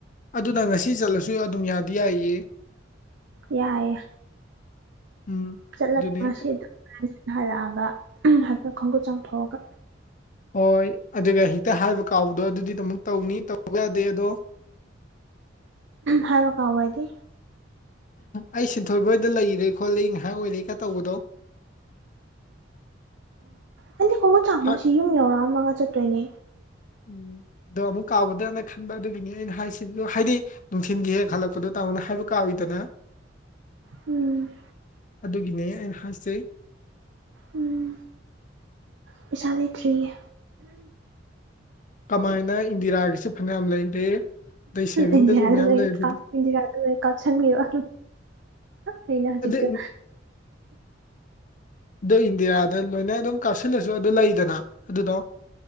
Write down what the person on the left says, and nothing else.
ꯑꯗꯨꯅ ꯉꯁꯤ ꯆꯠꯂꯁꯨ ꯑꯗꯨꯝ ꯌꯥꯗꯤ ꯌꯥꯏꯌꯦ
ꯎꯝ
ꯑꯗꯨꯅꯤ
ꯍꯣꯏ ꯑꯗꯨꯒ ꯍꯦꯛꯇ ꯍꯥꯏꯕ ꯀꯥꯎꯕꯗꯣ ꯑꯗꯨꯗꯤ ꯑꯃꯨꯛ ꯇꯧꯅꯤ ꯇꯧꯕ ꯌꯥꯗꯦ ꯑꯗꯣ
ꯑꯩ ꯁꯤꯟꯊꯣꯏꯕꯍꯣꯏꯗ ꯂꯩꯔꯦ ꯈꯣꯠꯂꯤ ꯉꯥꯍꯥꯛ ꯑꯣꯏꯔꯒ ꯇꯧꯕꯗꯣ
ꯍꯥꯏ
ꯎꯝ ꯗꯣ ꯑꯃꯨꯛ ꯀꯥꯎꯒꯗ꯭ꯔꯅ ꯈꯟꯕ ꯑꯗꯨꯒꯤꯅꯤ ꯑꯩꯅ ꯍꯥꯏꯁꯤ ꯍꯥꯏꯗꯤ ꯅꯨꯡꯊꯤꯟꯒꯤ ꯍꯦꯛ ꯍꯜꯂꯛꯄꯗꯣ ꯇꯥꯃꯣꯅ ꯍꯥꯏꯕ ꯀꯥꯎꯋꯤꯗꯅ
ꯑꯗꯨꯒꯤꯅꯦ ꯑꯩꯅ ꯍꯥꯏꯁꯦ
ꯀꯃꯥꯏꯅ ꯏꯟꯗꯤꯔꯥꯒꯤꯁꯨ ꯐꯅꯌꯥꯝ ꯂꯩꯔꯦ ꯑꯗꯩ ꯁꯦꯚꯤꯡꯗꯁꯨ
ꯃꯌꯥꯝ
ꯂꯩ ꯑꯗꯨꯗꯤ
ꯑꯗꯨ
ꯗꯨ ꯏꯟꯗꯤꯔꯥꯗ ꯂꯣꯏꯅ ꯑꯗꯨꯝ ꯀꯥꯞꯁꯜꯂꯁꯨ ꯑꯗꯨ ꯂꯩꯗꯅ ꯑꯗꯨꯗꯣ